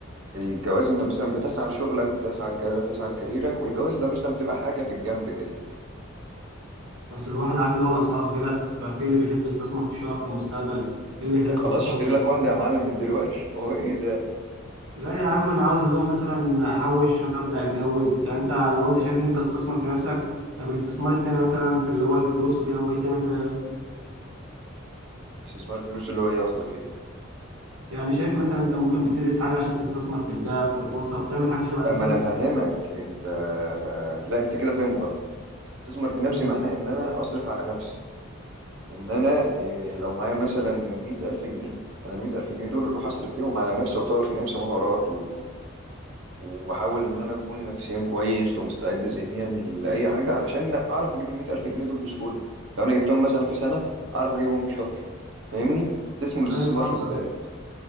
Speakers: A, on the right; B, on the right.
A: الجواز انت مثلا بتسعى لشغلك بتسعى لكذا بتسعى لكاريرك والجواز ده مثلا بتبقى حاجة في الجنب كده
B: بس الواحد عارف اللي هو الأسعار غلت ففي اللي بيحب يستثمر في الشقق في المستقبل في اللي يحب
A: يعني خلاص
B: يستثمر
A: اشتري
B: في
A: لك واحدة يا معلم من دلوقتي <laughs> هو ايه ده
B: لا يا عم أنا عاوز اللي هو مثلا أحوش عشان أبدأ أتجوز يعني أنت لو أنت شايف إن أنت تستثمر في نفسك طب الاستثمار التاني مثلا في اللي هو الفلوس وكده ممكن تعمل فيها
A: استثمار الفلوس اللي هو ايه قصدك ايه
B: يعني شايف مثلا انت ممكن بتدرس حاجه عشان تستثمر في الذهب في البورصه بتعمل حاجه شبه
A: لا
B: دي
A: ما
B: كده
A: انا فاهمك انت لا انت كده فاهم غلط استثمر في نفسي
B: مم.
A: معناه ان انا اصرف على نفسي ان انا إيه لو معايا مثلا مية ألف جنيه انا المية ألف جنيه دول اروح اصرف فيهم على نفسي واطور في نفسي مهارات و... واحاول ان انا اكون نفسيا كويس ومستعد ذهنيا لاي حاجه علشان اعرف اجيب ال 100000 جنيه دول بسهوله لو انا جبتهم مثلا في سنه اعرف اجيبهم في شهر فاهمني ده اسمه الاستثمار
B: ايوه طبعا
A: في
B: فاهم
A: الذات